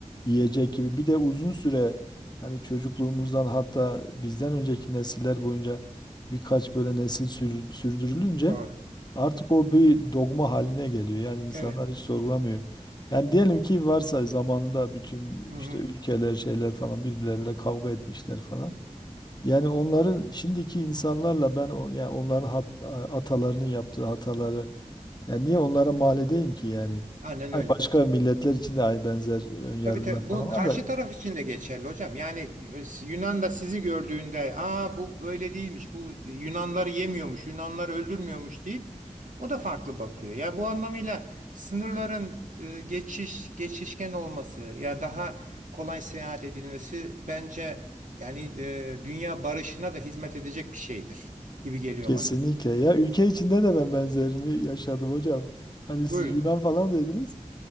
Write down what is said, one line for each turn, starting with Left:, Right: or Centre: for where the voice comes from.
Left: yiyecek gibi. Bir de uzun süre hani çocukluğumuzdan hatta bizden önceki nesiller boyunca birkaç böyle nesil sür- sürdürülünce
Right: Doğru.
Left: artık o bir dogma haline geliyor. Yani insanlar
Right: Evet.
Left: hiç sorgulamıyor. Yani diyelim ki varsa zamanında bütün
Right: Hı-hı.
Left: işte ülkeler şeyler falan birbirleriyle kavga etmişler falan. Yani onların şimdiki insanlarla ben o- yani onların hat- atalarının yaptığı hataları yani niye onlara mal edeyim ki yani?
Right: Aynen
Left: Hani
Right: öyle.
Left: başka milletler için de aynı benzer e, önyargılar
Right: Tabii tabii bu
Left: falan
Right: karşı
Left: var da
Right: taraf için de geçerli hocam. Yani e, Yunan da sizi gördüğünde aa bu böyle değilmiş. Bu Yunanları yemiyormuş. Yunanları öldürmüyormuş deyip o da farklı bakıyor. Yani bu anlamıyla sınırların e, geçiş geçişken olması yani daha kolay seyahat edilmesi bence yani e, dünya barışına da hizmet edecek bir şeydir gibi geliyor
Left: kesinlikle
Right: bana.
Left: ya ülke içinde de ben benzerini yaşadım hocam. Hani siz
Right: Buyurun.
Left: Yunan falan dediniz.